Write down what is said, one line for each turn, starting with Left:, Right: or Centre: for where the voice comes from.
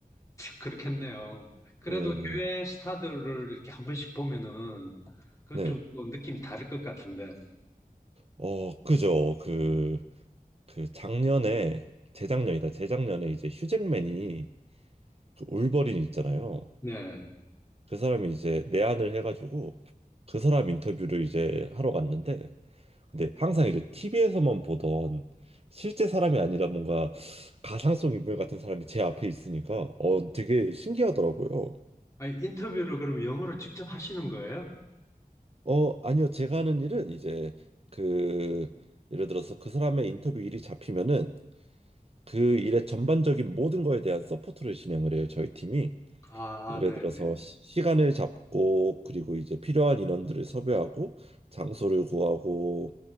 Left: 그렇겠네요. 그래도
Right: 예, 예.
Left: 해외 스타들을 이렇게 한 번씩 보면은 그건
Right: 네.
Left: 좀 느낌이 다를 것 같은데.
Right: 어, 그죠. 그, 그 작년에, 재작년이다. 재작년에 이제 휴잭맨이 그 울버린 있잖아요.
Left: 네.
Right: 그 사람이 이제 내한을 해가지고 그 사람 인터뷰를 이제 하러 갔는데 근데 항상 이제 TV에서만 보던 실제 사람이 아니라 뭔가 가상성 인물 같은 사람이 제 앞에 있으니까 어 되게 신기하더라고요.
Left: 아니, 인터뷰를 그럼 영어로 직접 하시는 거예요?
Right: 어 아니요 제가 하는 일은 이제 그 예를 들어서 그 사람의 인터뷰 일이 잡히면은 그 일의 전반적인 모든 거에 대한 서포트를 진행을 해요 저희 팀이.
Left: 아,
Right: 예를
Left: 네.
Right: 들어서
Left: 네
Right: 시- 시간을 잡고 그리고 이제 필요한 인원들을 섭외하고 장소를 구하고